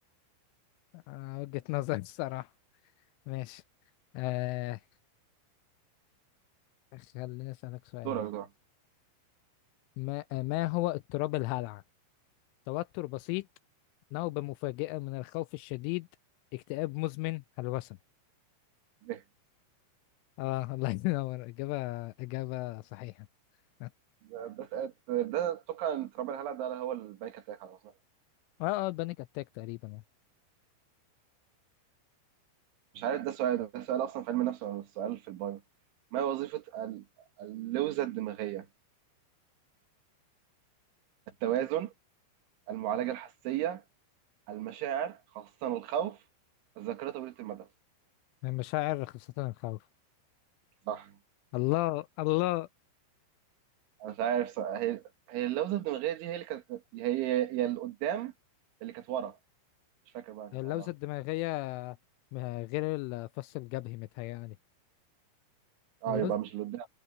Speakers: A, on the left; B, on the right.
A: آه، وجهة نظر الصراحة ماشي آه خليني أسألك سؤال
B: دورك دورك
A: ما آه، ما هو اضطراب الهلع؟ توتر بسيط نوبة مفاجئة من الخوف الشديد اكتئاب مزمن هلوسة
B: إيه؟
A: اه <laughs> الله ينور إجابة إجابة صحيحة اه
B: ده ده ده أتوقع إن تراب الهلع ده هو البانيك أتاك على أصلا
A: اه البانيك أتاك تقريبا آه.
B: مش عارف ده سؤال ده سؤال أصلا في علم النفس ولا سؤال في البايو ما هي وظيفة ال- اللوزة الدماغية التوازن المعالجة الحسية المشاعر خاصة الخوف الذاكرة طويلة المدى
A: من مشاعر خاصة الخوف
B: صح
A: الله الله
B: أنا مش عارف صح. هي هي اللوزة الدماغية دي هي اللي كانت هي هي اللي قدام اللي كانت ورا مش فاكر بقى كانت
A: اللوزة
B: على واحد.
A: الدماغية م- غير الفص الجبهي متهيألي
B: اه
A: اللوز
B: يبقى مش اللي قدام